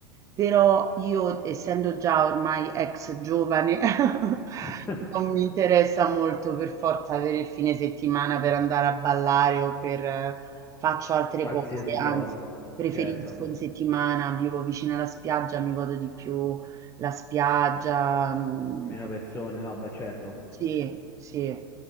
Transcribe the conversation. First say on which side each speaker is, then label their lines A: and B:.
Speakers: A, on the right (about 25°); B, on the left (about 15°).
A: Però io, essendo già ormai ex giovane, <laughs>
B: <laughs>
A: non mi interessa molto per forza avere il fine settimana per andare a ballare o per eh, faccio altre
B: Qualsiasi
A: cose,
B: cosa.
A: anzi, preferisco
B: Certo.
A: in settimana, vivo vicino alla spiaggia, mi godo di più la spiaggia. mm,
B: Meno persone, no, beh, certo.
A: sì, sì.